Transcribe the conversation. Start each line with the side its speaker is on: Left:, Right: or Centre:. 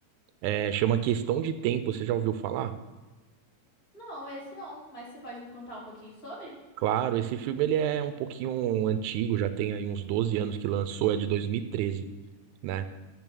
Right: É, chama Questão de Tempo, você já ouviu falar?
Left: Não, esse não, mas você pode me contar um pouquinho sobre?
Right: Claro, esse filme ele é um pouquinho antigo, já tem aí uns 12 anos que lançou, é de dois mil e treze né?